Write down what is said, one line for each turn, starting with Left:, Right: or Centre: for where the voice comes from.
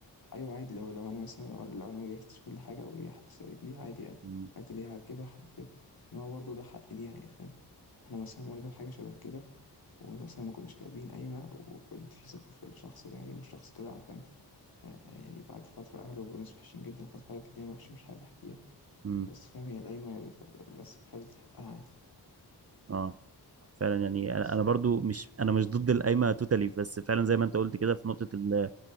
Left: أيوه عادي لو لو أنا مثلا لو أنا, لو أنا ما جهزتش كل حاجة وهي هتسألتني عادي اه،
Right: مم،
Left: الحاجات اللي هي هتجيبها هتكتبها إن هو برضه ده حق ليها يعني فاهم احنا مثلا مرينا بحاجة شبه كده ومثلا ما كناش كاتبين قايمة وكنت في ثقة في الشخص ده يعني والشخص طلع فاهم آه يعني بعد فترة أهله ناس وحشين جدا وحصل حاجات كتير وحشة مش حابب أحكيها
Right: مم.
Left: بس فاهم هي القايمة يعني ف- بس بحفظ حقها عادي
Right: اه فعلا يعني
Left: بس
Right: انا أنا برضو مش انا مش ضد القايمه توتالي بس فعلا زي ما انت قلت كده في نقطه ال-